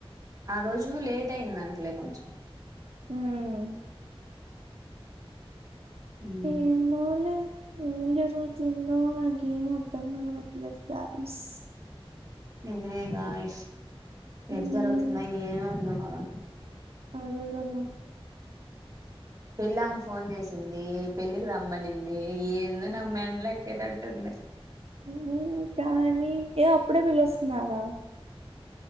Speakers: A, on the right; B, on the right.
A: ఆ రోజు లేట్ అయిందట్లే కొంచెం.
B: హామ్.
A: హ్మ్.
B: ఏమోలే ఏం జరుగుతుందో నాకేం అర్థం కలవట్లేదు గాయ్స్.
A: నిజమే గాయ్స్
B: హ్మ్
A: ఎటు జరుగుతుందో ఏం అర్థం కాలేదు నాకు.
B: అదే కదా.
A: పెళ్లి ఆమ ఫోన్ చేసింది పెళ్ళికి రమ్మనింది ఏందో నాకు మెంటల్ ఎక్కేటట్టుంది.
B: హామ్ కానీ అప్పుడే పిలుస్తున్నారా.